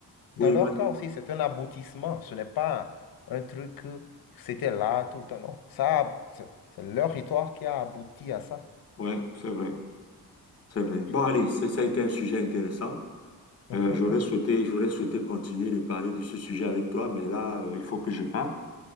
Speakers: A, on the left; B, on the left.
A: dans
B: Oui,
A: leur
B: vas-y.
A: cas aussi, c'est un aboutissement. Ce n'est pas un truc que c'était là tout le temps. Non. Ça, c'est c'est leur histoire qui a abouti à ça.
B: ouais, c'est vrai, c'est vrai.
A: Tu
B: Bon,
A: vois?
B: allez, c'est- ça a été un sujet intéressant.
A: <laughs>
B: Euh, j'aurais souhaité, j'aurais souhaité continuer de parler de ce sujet avec toi, mais là, euh, il faut que je parte